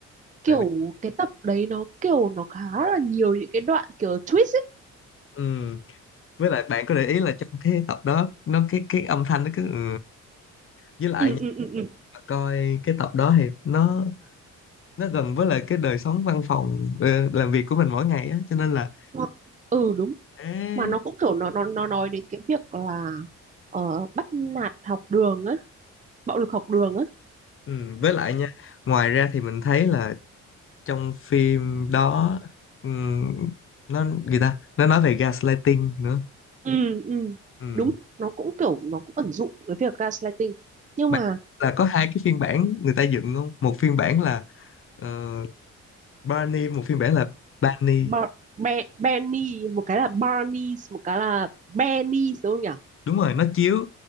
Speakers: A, on the right (about 25°); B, on the left (about 45°).
A: kiểu
B: tại vì
A: cái tập đấy nó kiểu nó khá là nhiều những cái đoạn kiểu twist ấy
B: ừm, với lại bạn có để ý là trong cái tập đó nó cái cái âm thanh nó cứ ừ, với lại
A: ừ
B: nha,
A: ừ ừ ừ
B: mà coi cái tập đó thì nó nó gần với lại cái đời sống văn phòng ờ, làm việc của mình mỗi ngày á cho nên là
A: hoặc ừ đúng
B: ế,
A: mà nó cũng kiểu nó nó nó nói đến cái việc là ờ, bắt nạt học đường á bạo lực học đường á
B: ừm, với lại nha ngoài ra thì mình thấy là trong phim đó ừm, nó người ta nó nói về gaslighting nữa
A: ừ ừ
B: Ừm,
A: đúng nó cũng kiểu nó cũng ẩn dụ cái việc gaslighting nhưng
B: bạn
A: mà
B: là có hai cái phiên bản người ta dựng không một phiên bản là ờ, Barney một phiên bản là Barney
A: Bar Be- Benny một cái là Barney một cái là Benny đúng không nhỉ
B: đúng rồi nó chiếu